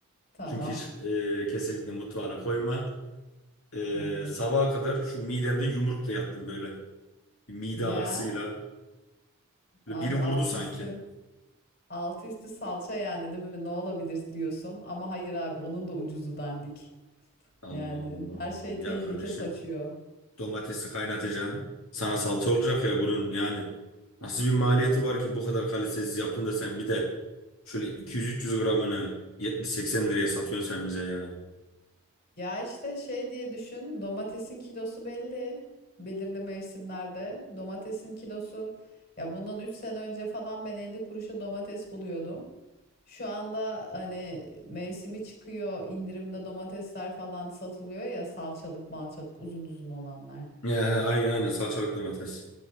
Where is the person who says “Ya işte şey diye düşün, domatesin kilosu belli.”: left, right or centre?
Left